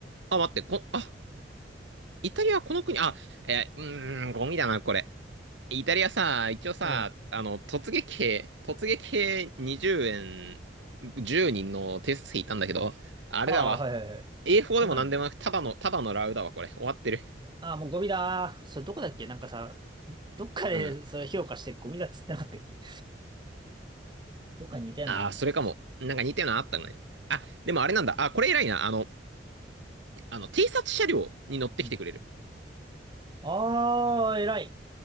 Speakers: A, on the right; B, on the right.
A: あ、待って、こ、あ、イタリアはこの国、あ、えーうーん、ゴミだな、これ。イタリアさ、一応さ、
B: うん。
A: あの、突撃兵、突撃兵20円10人の偵察トいたんだけど、あれだわ。
B: ああ、はいはいはい。
A: A4
B: そんなの今。
A: でもなんでもなく、ただの、ただのラウだわ、これ。終わってる。
B: ああ、もうゴミだー。それどこだっけなんかさ、どっかでそれ評価してゴミだっつってなかったっけ
A: うん。
B: どっかに似たようなのあんだつそしたら。
A: ああ、それかも。なんか似てるのあったね。あ、でもあれなんだ。あ、これ偉いな。あの、あの、偵察車両に乗ってきてくれる。
B: うんああ、偉い。